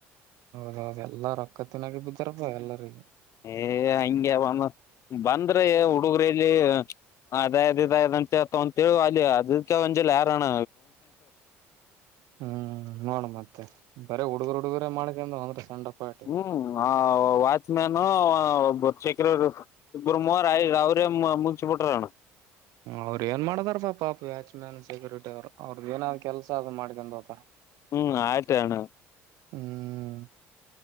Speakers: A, on the right; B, on the left.
A: ಹೌದೌದು ಎಲ್ಲಾರ ರೊಕ್ಕತ್ತಿನಾಗ ಬಿದ್ದಾರಪ್ಪ ಎಲ್ಲರಿಗ
B: ಏ ಹಂಗಗೆ ಒಂದ ಬಂದ್ರೆ ಹುಡುಗರಲ್ಲಿ ಅದೇ ಅದ್ ಇದ ಅದ ಅಂತ ಹೇತ ಒಂತೇಳಿ ಅಲ್ಲಿ ಅದಕ್ಕೆ ಒಂಜಲಿ ಯಾರೋಣ
A: ಹ್ಮ್ ನೋಡ ಮತ್ತ ಮ ಬೇ ಹುಡುಗರು ಹುಡುಗರೇ ಮಾಡ್ತ ಅಂದ ಅಂದ್ರೆ ಸಣ್ಣ ಪಾರ್ಟಿ
B: ಹ್ಮ್ ವಾಚ್ಮ್ಯಾನ್ರ್ ಚಕ್ರರು ಗು ಮವರ ಆ ಅವರ ಮುನ್ಸಿಪಟರ
A: ಅವ್ ಏನ್ ಮಾಡಿದಾರ ಪಾ ಪಾಪ ವ್ಯಾಚ್ಮ್ಯಾನ್ ಸೆಕ್ರೆಟರಿ ಅವ್ ಅವ್ರದ್ದ ಏನಾದ್ ಕೆಲ್ಸ ಅದ್ ಮಾಡ್ಕಂಡ ಹತಾರ
B: ಹ್ಮ್ ಆಯತಾನ
A: ಹ್ಮ್